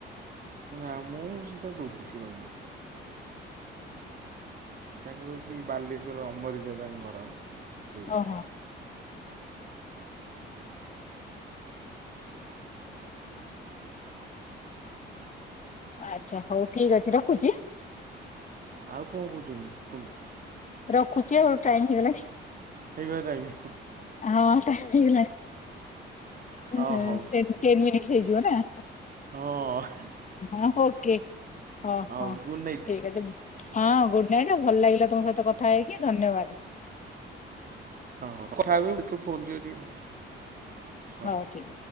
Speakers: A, on the right (about 45°); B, on the left (about 40°).
A: ନା ମୁଁ ସେଇଟା ଯୋଗିଶି କହିନି। ତାଙ୍କ ସେ ବାଲେଶ୍ଵର ଅମରିଦାଦାଙ୍କ ଘର ସେଇପଟେ।
B: ଓହୋ ଆଚ୍ଛା ହଉ ଠିକ ଅଛି ରଖୁଛି।
A: ଆଉ କଣ କହୁଛନ୍ତି କୁହନ୍ତୁ।
B: ରଖୁଛି ଆଉ ଟାଇମ ହେଇଗଲାଣି
A: ହେଇଗଲା ଟାଇମ୍।
B: ହଁ ଟାଇମ ହେଇଗଲାଣି।
A: ହଁ
B: ହେଁ
A: ହଉ
B: ଟେନ ଟେନ ମିନଟସ୍ ହେଇଯିବ ନା।
A: ହଁ ହେଁ।
B: ହ ହ ଓକେ ହ
A: ହଉ
B: ହଁ
A: ଗୁଡ଼୍ ନାଇଟ୍
B: ଠିକ ଅଛି। ହଁ ଗୁଡ ନାଇଟ୍ ଭଲ ଲାଗିଲା ତମ ସହିତ କଥା ହେଇକି ଧନ୍ୟବାଦ।
A: ହ ହୋ କଥା ଭିତରୁ ଫୋନ ଟିକେ ଟିକେ ହ।
B: ହଉ ଠିକ ଅଛି।